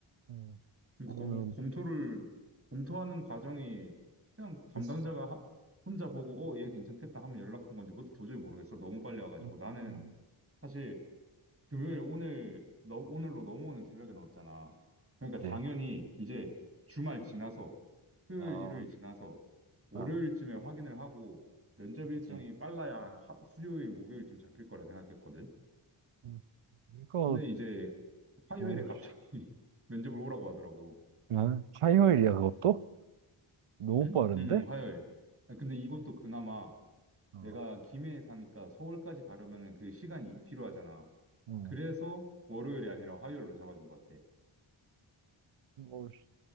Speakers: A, on the right; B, on the right.
A: 음,
B: 그럼
A: 그러면,
B: 검, 검토를, 검토하는 과정이 그냥 담당자가
A: 그치.
B: 하- 혼자 보고, 어, 얘 괜찮겠다 하면 연락한 건지 그것도 도저히 모르겠어. 너무 빨리 와가지고.
A: 음,
B: 나는
A: 음,
B: 사실 금요일 오늘, 너, 오늘로 넘어오는 새벽에 넣었잖아. 그러니까
A: 그치.
B: 당연히 이제 주말 지나서, 토요일,
A: 아,
B: 일요일 지나서, 월요일쯤에
A: 아,
B: 확인을 하고, 면접 일정이
A: 그치.
B: 빨라야 한 화- 수요일, 목요일쯤 잡힐 거라 생각했거든.
A: 음, 이거,
B: 근데 이제 화요일에
A: 오,
B: 갑자기
A: 씨.
B: <laughs> 면접을 오라고 하더라고.
A: 아, 화요일이야, 그것도? 너무
B: 응?
A: 빠른데?
B: 응, 응, 화요일. 아, 근데 이것도 그나마
A: 어,
B: 내가 김해에 사니까 서울까지 가려면은 그 시간이 필요하잖아.
A: 음,
B: 그래서 월요일이 아니라 화요일로 잡아준 것 같아.
A: 뭐, 씨.